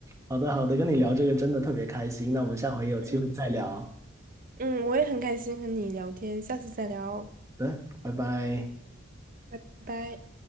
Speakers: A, on the right (about 15°); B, on the right (about 45°).
A: 好的，好的，跟你聊这个真的特别开心，那我们下回有机会再聊。
B: 嗯嗯，我也很开心和你聊天，下次再聊，
A: 好的，拜拜。
B: 拜拜。